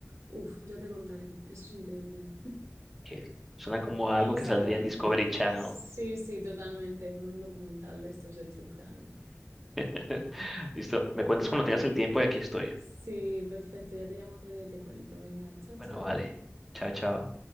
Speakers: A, on the right (about 75°); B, in the centre.
A: Uf, ya te contaré, eso es increíble.
B: que suena como algo
A: Vamos
B: que saldría
A: hablando.
B: en Discovery Channel.
A: Sí, sí, totalmente. Uno, un documental de estos de True Crime.
B: <laughs> Listo, me cuentas
A: Va.
B: cuando tengas el tiempo y aquí estoy.
A: Sí, perfecto. Ya te llamo otro día y te cuento. Venga, chao, chao.
B: Bueno, vale. Chao, chao.